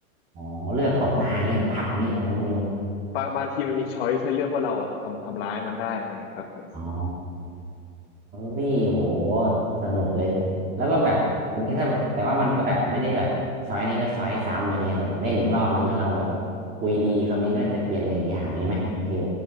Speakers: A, on the right; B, on the left.
A: อ๋อเลือกตบหน้าอย่างเงี้ยเหรอตับอย่างเงี้ยนะคุณนิว
B: บางบางทีมันมีช้อยให้เลือกว่าเราอ่ะทำทำร้ายมันได้ไงครับผม
A: อ๋อเี่โหสนุกเลยแล้วก็แบบอย่างนี้ถ้าแบบแต่ว่ามันก็แบบไม่ได้แบบช้อยนี้ก็ช้อยซ้ำอะไรเงี้ยครับเล่นอีกรอบนึงถ้าเราแบบคุยดีคราวนี้ก็จะเปลี่ยนไปอีกอย่างนี้ไหมคุณคิว